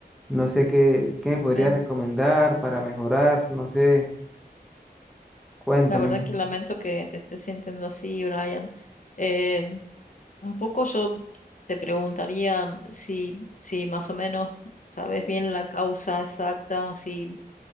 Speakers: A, in the centre; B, on the left.
A: No sé qué, qué me podrías
B: bien.
A: recomendar para mejorar. No sé, cuéntame.
B: La verdad que lamento que te estés sintiendo así, Brian. Eh, un poco yo te preguntaría si, si más o menos sabes bien la causa exacta, si,